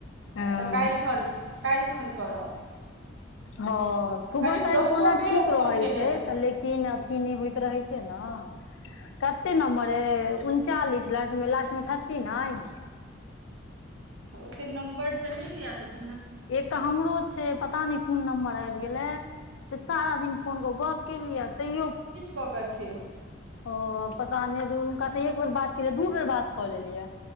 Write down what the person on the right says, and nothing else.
त काल्हि खन, काल्हि खन करब।
करीब
दसो
बेर
ओ फोन
केने
हेतथि
ओतेक नम्बर त नै याद-
कऽकऽ छैय।